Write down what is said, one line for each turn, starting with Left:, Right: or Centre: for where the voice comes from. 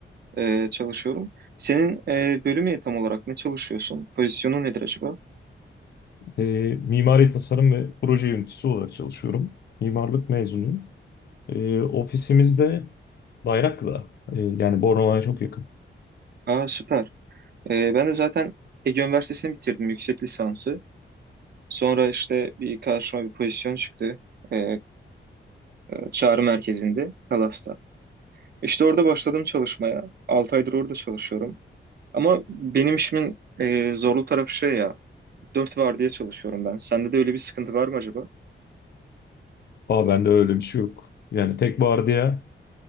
Right: e, çalışıyorum. Senin e, bölümü tam olarak ne çalışıyorsun? Pozisyonu nedir acaba?
Left: Ee, mimari tasarım ve proje yöneticisi olarak çalışıyorum. Mimarlık mezunuyum. Ee, ofisimiz de Bayraklı'da. Ee, yani Bornova'ya çok yakın.
Right: Aa süper. E, ben de zaten Ege Üniversitesi'ni bitirdim. Yüksek lisansı. Sonra işte bir karşıma bir pozisyon çıktı. E, e, çağrı merkezinde. Telas'ta. İşte orada başladım çalışmaya. 6 aydır orada çalışıyorum. Ama benim işimin e, zorlu tarafı şey ya, dört vardiya çalışıyorum ben. Sende de öyle bir sıkıntı var mı acaba?
Left: Aa, bende öyle bir şey yok. Yani tek vardiya